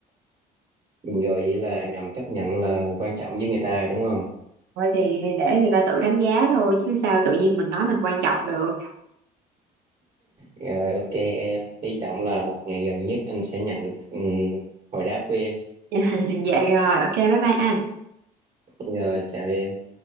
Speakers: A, on the right; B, on the right.
A: Ừ, rồi vậy là ngầm chấp nhận là quan trọng với người ta đúng không
B: Thôi thì để người ta tự đánh giá thôi, chứ sao tự nhiên mình nói mình quan trọng được.
A: Rồi, ok em. Hy vọng là một ngày gần nhất anh sẽ nhận được ừm, hồi đáp của em.
B: <laughs> Dạ rồi, ok bye bye anh.
A: Rồi, chào em.